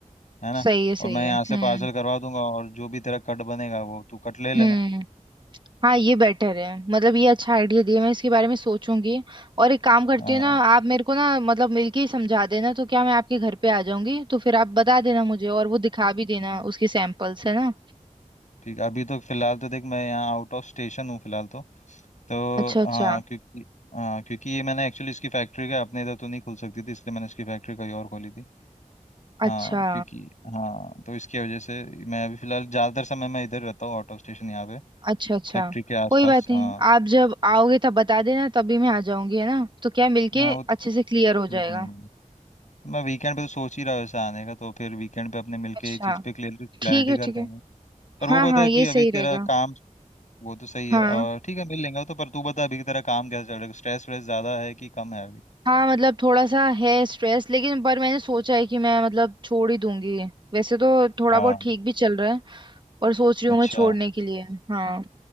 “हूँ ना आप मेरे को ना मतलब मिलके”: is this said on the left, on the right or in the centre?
Right